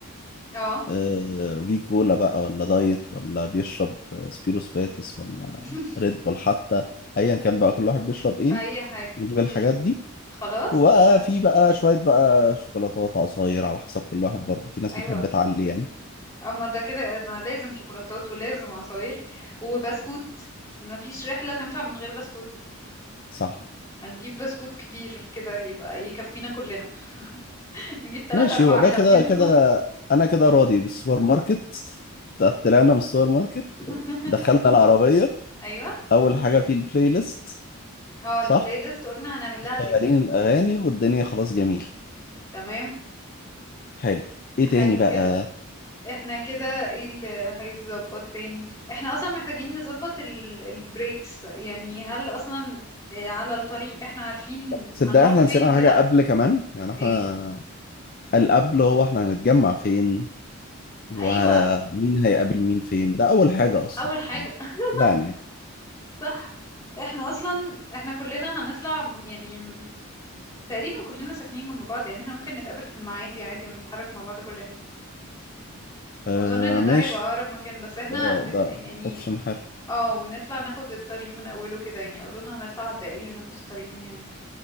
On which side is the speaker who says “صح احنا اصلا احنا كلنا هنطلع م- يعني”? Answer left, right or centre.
Left